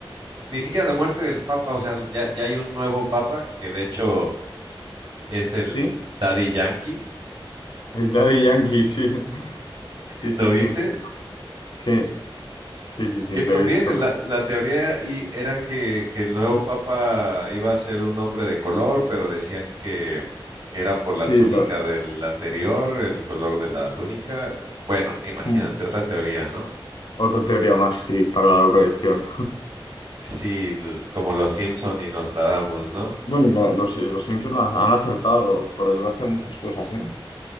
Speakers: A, on the right; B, on the left.
A: ni siquiera la muerte del Papa. O sea, ya, ya hay un nuevo Papa que de hecho es el
B: Sí,
A: Daddy Yankee.
B: el Daddy Yankee, sí.
A: <laughs>
B: Sí, sí,
A: ¿Lo
B: sí.
A: viste?
B: Sí, sí, sí, sí,
A: Que
B: lo
A: también
B: he visto.
A: la, la teoría y era que, que el nuevo papa iba a ser un hombre de color, pero decían que, que era por
B: Sí,
A: la túnica
B: lo...
A: del anterior, el color de la túnica. Bueno, imagínate
B: mm,
A: otra teoría, ¿no?
B: Otra teoría más, sí, para la colección.
A: Sí, l- como los Simpson y Nostradamus, ¿no?
B: Bueno, lo- los, los Simpson han han acertado, por desgracia, muchas cosas, ¿eh?